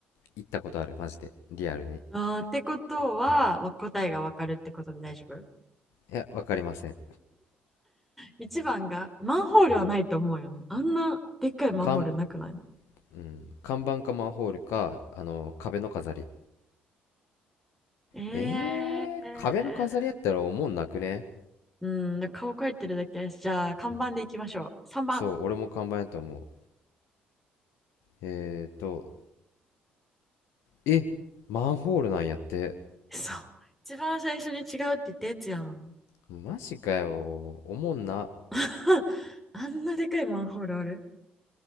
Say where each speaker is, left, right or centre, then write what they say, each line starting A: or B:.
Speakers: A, on the left; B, in the centre.
A: 行ったことあるマジでリアルに
B: あーってことは、わ答えがわかるってことで大丈夫。
A: いや、わかりません。
B: 一番が、マンホールはないと思うよね。あんなでっかいマンホールなくない
A: 看、うん、看板かマンホールか、あの、壁の飾り。
B: え
A: えー、
B: ー。
A: 壁の飾りやったらおもんなくね
B: うん、顔描いてるだけやし。じゃあ、看板でいきましょう。3番。
A: そう、俺も看板やと思う。えーと、え、マンホールなんやって。
B: そう。一番最初に違うって言ったやつやん。
A: マジかよ。おもんな。
B: <laughs> あんなでかいマンホールある